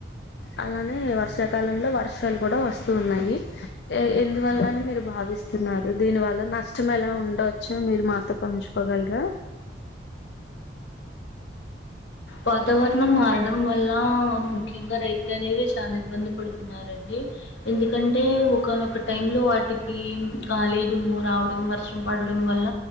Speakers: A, on the left; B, on the left.
A: అలానే వర్షాకాలంలో వర్షాలు కూడా వస్తున్నాయి ఎందువల్లని మీరు భావిస్తున్నారు దీని వల్ల నష్టం ఎలా ఎల్ ఉండవచో మీరు మాతో పంచుకోగలరా
B: వాతావరణం మారడం వల్ల ముఖ్యంగా రైతులు అనేది చాలా ఇబ్బంది పడుతున్నారండి ఎందుకంటే ఒకనొక టై లో వాటికి గాలీ దుమ్ము రావడం వర్షం పడ డడం వల్ల